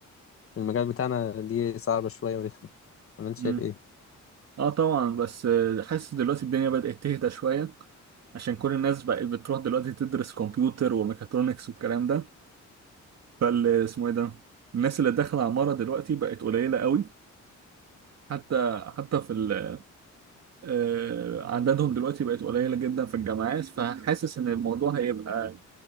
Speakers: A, on the left (about 45°); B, on the right (about 60°).
A: في المجال بتاعنا دي صعبه شويه ورخمه ولا انت
B: مم.
A: شايف ايه
B: اه طبعا بس آه، حاسس دلوقتي الدنيا بدأت تهدى شوية عشان كل الناس بقت بتروح دلوقتي تدرس كمبيوتر وميكاترونكس والكلام ده فال اسمه ايه ده الناس اللي داخلة عمارة دلوقتي بقت قليلة قوي حتى حتى في ال آه، عددهم دلوقتي بقت قليلة جدا في الجامعات فحاسس ان الموضوع هيبقى